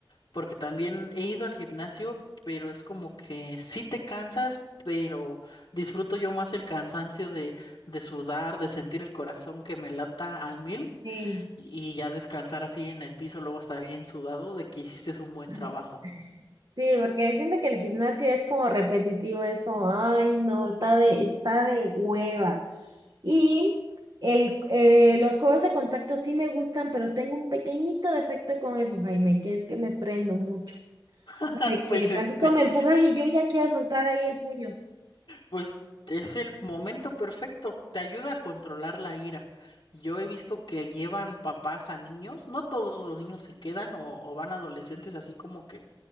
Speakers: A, on the left; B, on the right.
A: porque también he ido al gimnasio, pero es como que sí te cansas, pero disfruto yo más el cansancio de, de sudar, de sentir el corazón que me lata al mil
B: Sí.
A: y ya descansar así en el piso, luego estar bien sudado de que hiciste un buen
B: Ajá.
A: trabajo.
B: Sí, porque siento que el gimnasio es como repetitivo, es como, ay, no, está de, está de hueva. Y el, eh, los juegos de contacto sí me gustan, pero tengo un pequeñito defecto con eso, Jaime, que es que me prendo mucho.
A: <laughs>
B: De
A: Pues
B: Que
A: este.
B: tantito me empujan y yo ya quiero soltar ahí el puño.
A: Pues es el momento perfecto, te ayuda a controlar la ira. Yo he visto que llevan papás a niños, no todos los niños se quedan o, o van adolescentes así como que